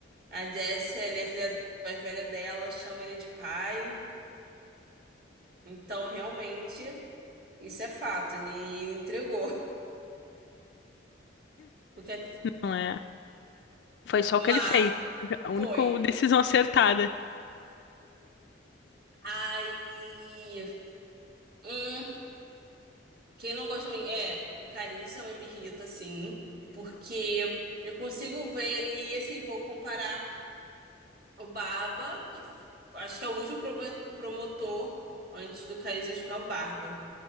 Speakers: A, on the right; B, on the left.
A: a Jessie, ele é filha mais velha dela, chama ele de pai. Então, realmente, isso é fato. Ele entregou. <laughs> Porque,
B: Não é? Foi só
A: mas
B: o que ele fez. A única
A: foi.
B: decisão acertada.
A: Aí, hum, quem não gosta de mim é o Carissa, mas me irrita assim, porque eu consigo ver e assim vou comparar. O Barba, que acho que é o último promo- promotor antes do Caíde, acho que é o Barba.